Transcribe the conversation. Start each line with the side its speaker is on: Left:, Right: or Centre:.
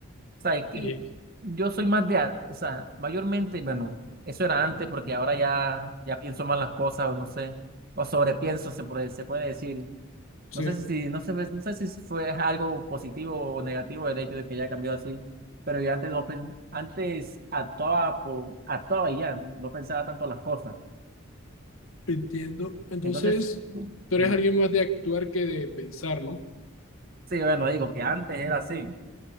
Right: O sea, es que
Left: y,
Right: yo soy más de, a- o sea, mayormente, bueno, eso era antes porque ahora ya, ya pienso mal las cosas o no sé, o sobrepienso se puede, se puede decir.
Left: sí,
Right: No sé si, si, no sé, no sé si fue algo positivo o negativo el hecho de que ya cambió así, pero yo antes, no pen- antes actuaba, por, actuaba y ya, no pensaba tanto las cosas.
Left: entiendo. Entonces,
Right: Entonces,
Left: tú
Right: sí,
Left: eres alguien más de actuar que de pensar, ¿no?
Right: sí, bueno, digo que antes era así,